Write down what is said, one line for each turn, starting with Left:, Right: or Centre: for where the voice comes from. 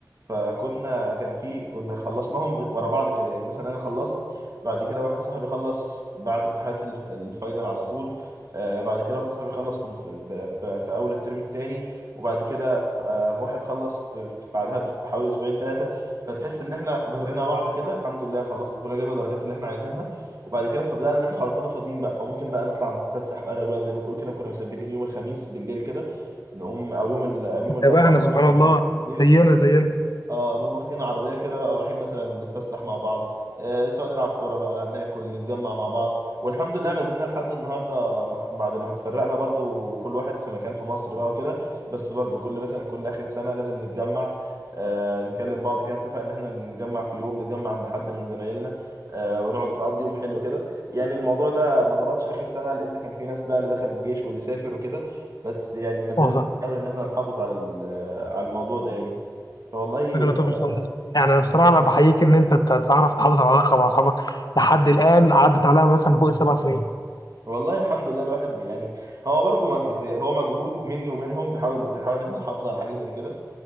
Right: فكنا كان في كنا خلصناهم ب- ورا بعض كده يعني مثلا انا خلصت بعد كده واحد صاحبي خلص بعد امتحانات الف- الفاينل على طول آه بعد كده واحد صاحبي خلص في, في, ب- ب- في اول الترم الثاني وبعد كده آه واحد خلص في, في بعدها بحوالي اسبوعين ثلاثه فتحس ان احنا جرينا بعض كده الحمد لله خلصنا كلنا جبنا درجات اللي احنا عايزينها وبعد كده فبدأنا ان احنا خلاص بقينا فاضيين بقى فممكن بقى نطلع نتفسح في اغلب الوقت زي ما بقول كده كنا مثبتين يوم الخميس بالليل كده نقوم او يوم ال... او يوم
Left: بتتابعنا
Right: الاربع
Left: سبحان
Right: بالليل او
Left: الله
Right: الخميس بالليل
Left: زينا زينا
Right: اه نقوم واخدين عربيه كده بقى ورايحين مثلا نتفسح مع بعض آه سواء نلعب كوره بقى ناكل نتجمع مع بعض والحمد لله ما زلنا لحد النهارده مح- بعد ما اتفرقنا برضو كل واحد في مكان في مصر بقى وكده بس برضو كل مثلا كل اخر سنه لازم نتجمع آه نكلم بعض كده نتفق ان احنا نتجمع في يوم نتجمع عند حد من زمايلنا آه ونقعد نقضي يوم حلو كده يعني الموضوع ده ما ظبطش اخر سنه لان كان في ناس بقى اللي دخل الجيش واللي سافر وكده بس يعني ما زلنا
Left: وصل
Right: بنحاول ان احنا نحافظ على ال- على الموضوع ده يعني والله
Left: فكرة لطيفة جدا. يعني
Right: الحمد-
Left: بصراحه انا بحييك ان انت تعرف تحافظ على العلاقه مع اصحابك لحد الان عدت عليها مثلا فوق السبع سنين
Right: والله الحمد لله الواحد بي يعني هو برضو مج... زي- هو مجهود مني ومنهم بحاول بنحاول ان احنا نحافظ على حاجه زي كده